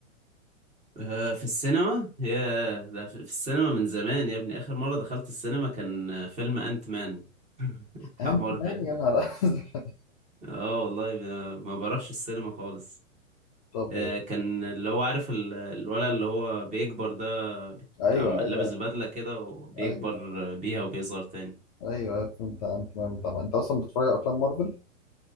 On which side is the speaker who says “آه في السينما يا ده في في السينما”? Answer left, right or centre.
Right